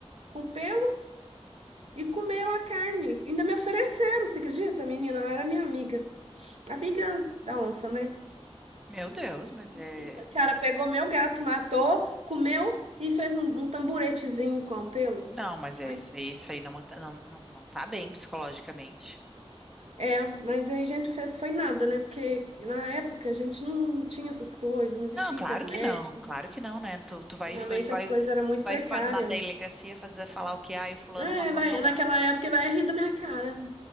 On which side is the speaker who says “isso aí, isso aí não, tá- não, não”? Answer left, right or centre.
Centre